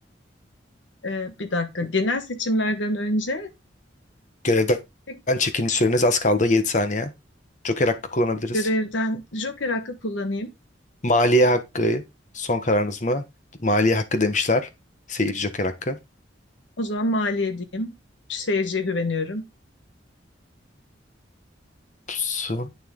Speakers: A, on the left (about 80°); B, on the left (about 40°).
A: E, bir dakika. Genel seçimlerden önce
B: Görevden
A: tek
B: çekilme süreniz az kaldı 7 saniye. Joker hakkı kullanabiliriz.
A: görevden Joker hakkı kullanayım.
B: Maliye hakkı son kararınız mı? Maliye hakkı demişler. Seyirci Joker hakkı.
A: O zaman maliye diyeyim. Seyirciye güveniyorum.
B: Pusu.